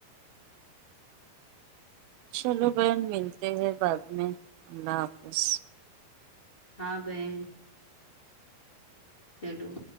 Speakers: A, on the right (about 85°); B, on the left (about 15°).
A: چلو بہن ملتے ہے بعد میں اللہ حافظ
B: ہاں بہن چلو